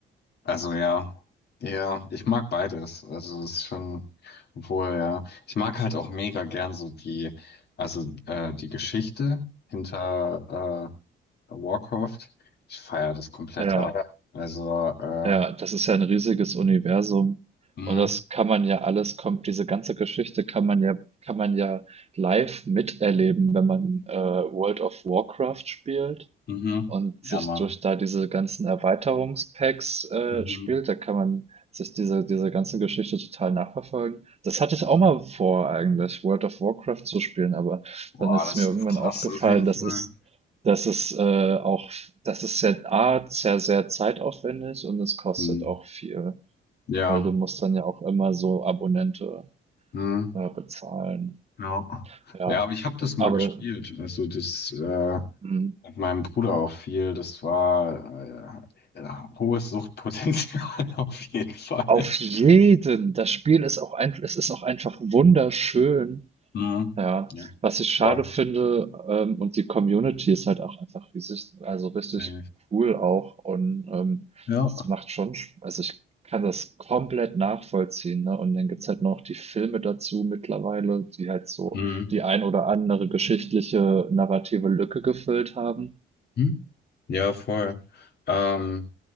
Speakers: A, on the left (about 55°); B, on the right (about 30°).
A: also ja, ja, ich mag beides. Also es ist schon, obwohl, ja, ich mag halt auch mega gern so die, also äh, die Geschichte hinter äh, Warcraft. Ich feiere das komplett
B: ja,
A: ab. Also, äh,
B: Ja, das ist ja ein riesiges Universum
A: mhm,
B: und das kann man ja alles kommt diese ganze Geschichte kann man ja kann man ja live miterleben, wenn man, äh, World of Warcraft spielt
A: mhm,
B: und sich
A: ja, Mann.
B: durch da diese ganzen Erweiterungspacks äh,
A: Mhm,
B: spielt, da kann man sich diese, diese ganze Geschichte total nachverfolgen. Das hatte
A: ja.
B: ich auch mal vor, eigentlich, World of Warcraft zu spielen, aber
A: Boah,
B: dann ist
A: das
B: mir irgendwann
A: ist krass,
B: aufgefallen,
A: auf jeden Fall.
B: das ist, das ist äh, auch, das ist sehr, A, sehr, sehr zeitaufwendig und es kostet
A: Hm.
B: auch viel,
A: Ja,
B: weil du musst dann ja auch immer so Abonnente
A: hm.
B: äh, bezahlen.
A: Ja.
B: Ja,
A: Ja, aber ich habe das mal
B: aber,
A: gespielt. Also das äh,
B: das-
A: mit meinem Bruder auch viel. Das war äh, ja, hohes Suchtpotenzial <laughs> auf jeden Fall.
B: Auf
A: <laughs>
B: jeden. Das Spiel ist auch einf es ist auch einfach wunderschön.
A: Hm.
B: Ja,
A: Ja,
B: was ich schade
A: voll.
B: finde, ähm, und die Community ist halt auch einfach riesig, also richtig
A: Safe.
B: cool auch und ähm,
A: Ja.
B: es macht schon, Sp- also ich kann das komplett nachvollziehen, ne? Und dann gibt's halt noch die Filme dazu mittlerweile, die halt so
A: Hm.
B: die ein oder andere geschichtliche narrative Lücke gefüllt haben.
A: Hm. Ja, voll. Ähm,